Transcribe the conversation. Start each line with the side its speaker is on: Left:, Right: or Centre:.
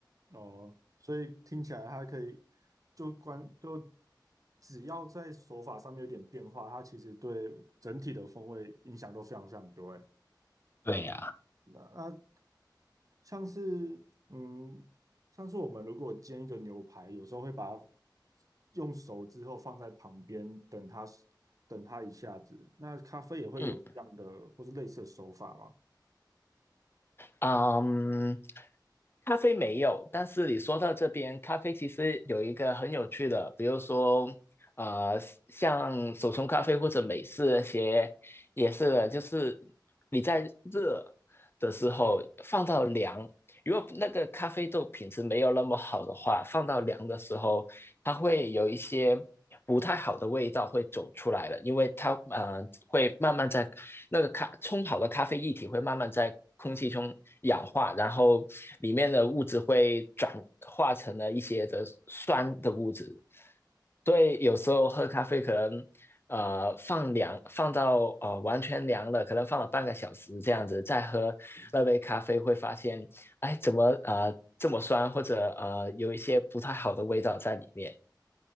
Right: 哦，所以听起来它可以就关就只要在手法上面有点变化，它其实对整体的风味影响都非常非常多欸。
Left: 对呀，
Right: 那那像是嗯，像是我们如果煎一个牛排，有时候会把它用熟之后放在旁边，等它等它一下子。那咖啡也会有这样的或是类似的手法吗？
Left: 嗯嗯，咖啡没有，但是你说到这边，咖啡其实有一个很有趣的，比如说，呃，像手冲咖啡或者美式那些，也是的，就是你在热的时候放到凉，如果那个咖啡豆品质没有那么好的话，放到凉的时候，它会有一些不太好的味道会走出来了，因为它呃会慢慢在那个咖冲好的咖啡液体会慢慢在空气中氧化，然后里面的物质会转化成了一些的酸的物质，所以有时候喝咖啡可能。呃，放凉，放到呃完全凉了，可能放了半个小时这样子，再喝那杯咖啡，
Right: 嗯，
Left: 会发现哎，怎么呃这么酸，或者呃有一些不太好的味道在里面。